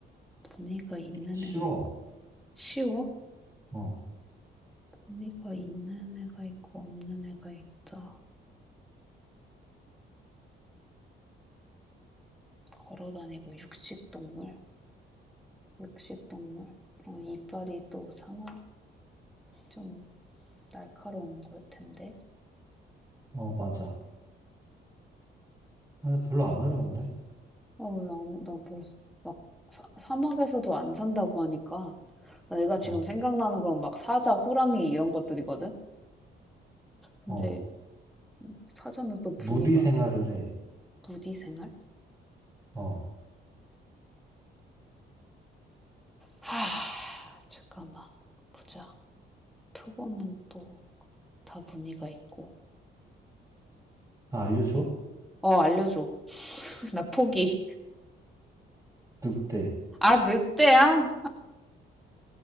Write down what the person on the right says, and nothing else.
쉬워.
어,
어, 맞아. 근데 별로 안 어려운데?
어,
어.
무리
생활을 해.
어,
나 알려줘?
늑대.